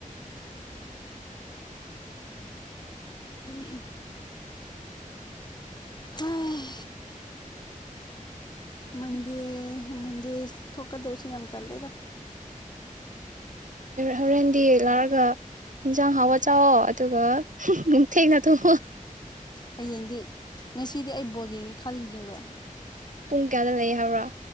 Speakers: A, on the left; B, on the right.
A: ꯎ ꯍꯣꯏ ꯃꯟꯗꯦ ꯃꯟꯗꯦ ꯊꯣꯛꯀꯗꯕꯁꯦ ꯌꯥꯝ ꯇꯜꯂꯦꯗ
B: ꯍꯣꯔꯦꯟꯗꯤ ꯂꯥꯛꯔꯒ ꯏꯟꯁꯥꯡ ꯍꯥꯎꯋꯥ ꯆꯥꯛꯋ ꯑꯗꯨꯒ ꯅꯨꯡꯊꯤꯅ ꯊꯨꯝ
A: ꯍꯌꯦꯡꯗꯤ ꯉꯁꯤꯗꯤ ꯑꯩ ꯕꯣꯜ ꯌꯦꯡꯉꯦ ꯈꯂꯤꯅꯦꯕ
B: ꯄꯨꯡ ꯀꯌꯥꯗ ꯂꯩ ꯍꯥꯏꯕ꯭ꯔꯥ